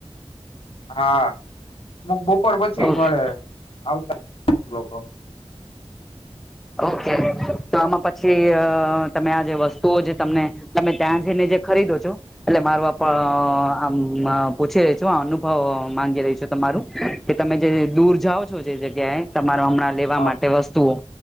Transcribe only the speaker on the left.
હા અમુક બો બપોર પછી
મળે આવતા લોકો
હા